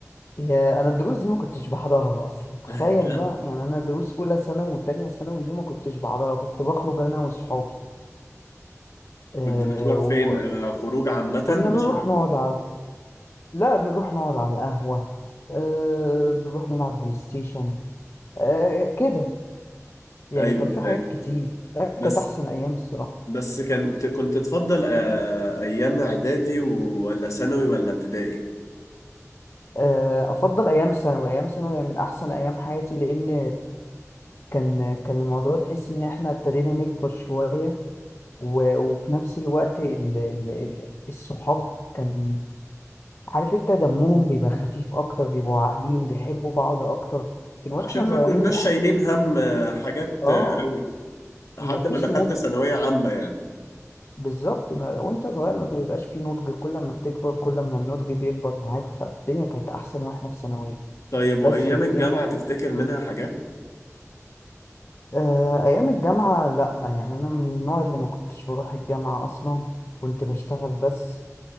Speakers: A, on the left; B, on the left.
A: يا انا الدروس دي ما كنتش بحضرها اصلا تخيل
B: <laughs>
A: بقى يعني انا دروس اولى ثانوي وتانية ثانوي دي ما كنتش بحضرها كنت بخرج انا وصحابي أه
B: كنت بتروح فين
A: وكنا
B: انا خروج عامة
A: بنروح
B: مش أنا.
A: نقعد على لا بنروح نقعد على القهوة أه بنروح نلعب بلاي ستيشن أه كده يعني
B: ايوه
A: كان في
B: فاكر
A: حاجات كتير لا كانت
B: بس
A: أحسن أيام الصراحة
B: بس كان كنت تفضل آه، ايام اعدادي ولا ثانوي ولا ابتدائي
A: آه، أفضل أيام ثانوي أيام ثانوي من أحسن أيام حياتي لأن كان كان الموضوع تحس إن إحنا ابتدينا نكبر شوية و- وفي نفس الوقت ال... ال... ال... الصحاب كان عارف أنت دمهم بيبقى خفيف أكتر بيبقوا عاقلين بيحبوا بعض أكتر كان وإحنا
B: عشان
A: صغيرين
B: ما كناش
A: بنحب
B: شايلين هم آه، حاجات
A: آه
B: آه، قوي لحد
A: مفيش
B: ما دخلت
A: نضج
B: ثانوية عامة يعني
A: بالظبط ما... وأنت صغير ما بيبقاش فيه نضج كل ما بتكبر كل ما النضج بيكبر معاك فالدنيا كانت أحسن وإحنا في ثانوية
B: طيب
A: بس
B: وايام
A: يا سيدي
B: الجامعة تفتكر منها حاجات
A: آه، أيام الجامعة لأ يعني أنا من النوع اللي ما كنتش بروح الجامعة أصلا كنت بشتغل بس